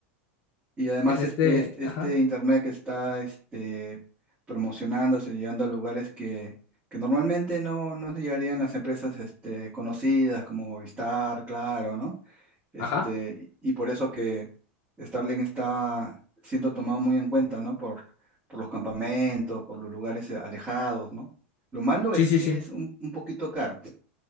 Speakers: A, on the right; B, on the left.
A: Y además
B: Es este.
A: este, este,
B: Ajá.
A: este internet que está este, promocionándose y llegando a lugares que, que normalmente no, no llegarían las empresas este, conocidas como Movistar, Claro, ¿no? Este,
B: Ajá.
A: y por eso que Starlink está siendo tomado muy en cuenta, ¿no? Por, por los campamentos, por los lugares eh, alejados, ¿no? Lo malo
B: Sí,
A: es
B: sí,
A: que
B: sí.
A: es un, un poquito caro,